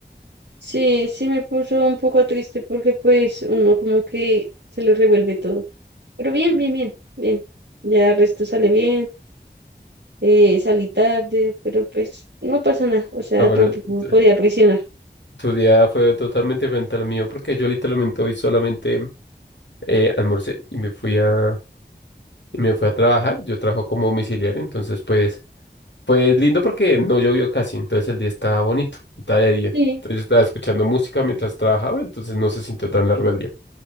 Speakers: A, on the right (about 80°); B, on the left (about 85°).
A: sí, sí me puso un poco triste porque pues uno como que se le revuelve todo. Pero bien, bien, bien, bien. Ya el resto sale bien, eh, salí tarde, pero pues no pasa nada, o sea,
B: Ah, bueno,
A: tampoco
B: tu,
A: podía presionar.
B: tu día fue totalmente diferente al mío porque yo literalmente hoy solamente eh, almorcé y me fui a, y me fui a trabajar. Yo trabajo como domiciliario, entonces pues, pues lindo porque no llovió casi, entonces el día estaba bonito, estaba de día.
A: Sí,
B: Entonces yo estaba escuchando música mientras trabajaba, entonces no se sintió tan largo el día.